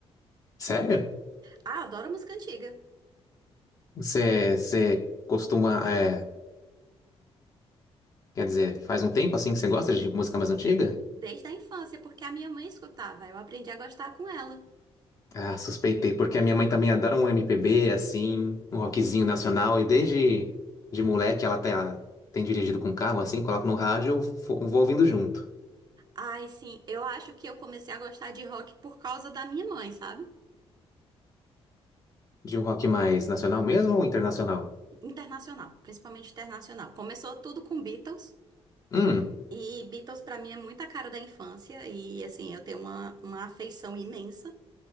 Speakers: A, on the left (about 35°); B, on the right (about 40°).
A: Sério?
B: Ah, adoro música antiga.
A: Você, você costuma, é, quer dizer, faz um tempo assim que você gosta de música mais antiga?
B: Desde a infância, porque a minha mãe escutava. Eu aprendi a gostar com ela.
A: Ah, suspeitei, porque a minha mãe também adora um MPB, assim, um rockzinho nacional, e desde de moleque ela tem, a- tem dirigido com carro, assim, coloca no rádio, eu fo- vou ouvindo junto.
B: Ai, sim, eu acho que eu comecei a gostar de rock por causa da minha mãe, sabe?
A: De um rock mais nacional mesmo ou internacional?
B: Internacional, principalmente internacional. Começou tudo com Beatles.
A: Hum,
B: E Beatles pra mim é muita cara da infância e assim, eu tenho uma, uma afeição imensa.